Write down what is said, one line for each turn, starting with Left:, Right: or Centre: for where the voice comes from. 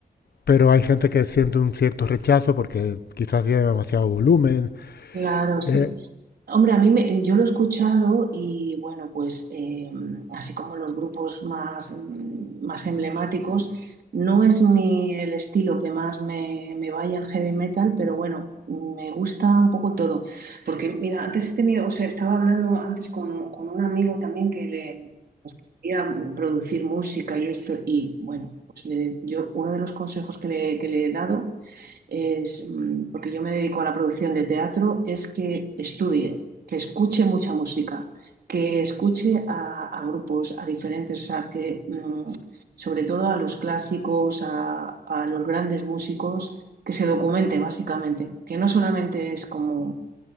Left: pero hay gente que siente un cierto rechazo porque quizás tiene demasiado volumen.
Right: Claro, sí.
Left: Eh,
Right: Hombre, a mí me- yo lo he escuchado y bueno, pues eh, así como los grupos más, mm, más emblemáticos, no es mi, el estilo que más me, me vaya el heavy metal, pero bueno, me gusta un poco todo. Porque mira, antes he tenido, o sea, estaba hablando antes con, un- con un amigo también que le, quería producir música y esto, y bueno, pues le- yo uno de los consejos que le, que le he dado es, mm, porque yo me dedico a la producción de teatro, es que estudie, que escuche mucha música, que escuche a, a grupos, a diferentes, o sea, que mm, sobre todo a los clásicos, a, a los grandes músicos, que se documente básicamente, que no solamente es como